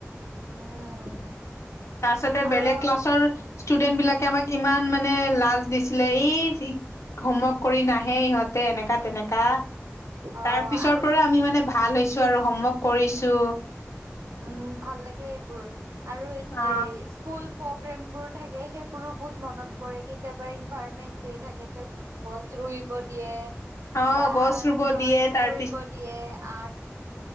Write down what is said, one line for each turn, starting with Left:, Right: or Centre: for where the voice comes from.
Right: উম
Left: তাৰছতে
Right: আৰু
Left: বেলেগ ক্লাছৰ ষ্টুডেন বিলাকে আমাক ইমান মানে লাজ দিছিলে ই হোমৱৰ্ক কৰি নাহে ইহঁতে এনেকা- তেনেকা
Right: অ'
Left: তাৰ পিছৰ
Right: আৰু
Left: পৰা আমি মানে ভাল হৈছো আৰু হোমৱৰ্ক কৰিছো।
Right: উম, ভাল লাগে এইবোৰ আৰু এত
Left: অ
Right: এ স্কুল প্ৰগ্ৰেমবোৰ থাকে সেইবোৰো বহুত মনত পৰে কেতিয়াবা ইনভাইৰমেন্ট ডে থাকে ত গছ ৰুইব দিয়ে
Left: অ
Right: বা
Left: গছ ৰুব
Right: ড্ৰয়িং
Left: দিয়ে তাৰ
Right: কৰিব দিয়ে আৰ্ট <inaudible>